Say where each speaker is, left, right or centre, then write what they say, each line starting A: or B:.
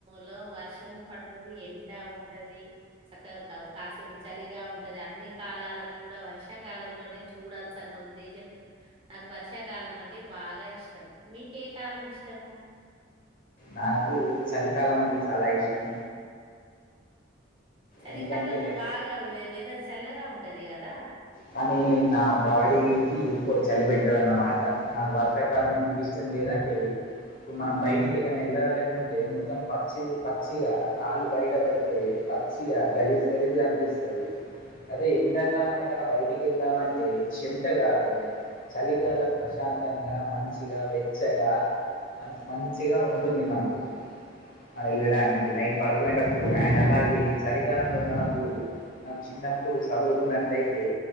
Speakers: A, on the right; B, on the left.
A: లో వర్షము పడుతది ఎండా ఉంటది చక్కగా కాసేపు చలిగా ఉంటది అన్ని కాలలని కూడా వర్షాకాలంలోనే చూడొచ్చు అను ఉద్దేశం తో నాకు వర్షాకాలం అంటే బాగా ఇష్టం మీ కే కాలం ఇష్టము
B: నాకు చలికాలం అంటే చాలా ఇష్టం
A: చలికాలంలో
B: ఎందుకంటే
A: బాగా వెదర్ చల్లగా ఉంటది కదా
B: కానీ నా బాడీ కి ఎక్కువ చలి పెట్టదన్నమాట నాకు వర్షాకాలం ఎందుకు ఇష్టం లేదంటే ఇప్పుడు మనం బయటికి ఎటనా వెళ్ళాలి అనుకుంటే మొత్తం పచ్చి పచ్చిగా కాళ్ళు బయటపడితే పచ్చి ఇగ గలీజ్ గలీజ్ గా అపిస్తది అదే ఎండాకాలం ఏటనా బయటికి వెళ్దామంటే చమటగారుతుంది చలికాలం ప్రశాంత తంగా మంచిగా వెచ్చగా మ మంచిగా ఉ ఉంటుంది మనకు మన వెళ్ళడానికి నైట్ పడుకునేటప్పుడు అండ్ అలాగే చలికాలంలో మనకు మనం చిన్నప్పుడు చదువుకున్నట్టయితే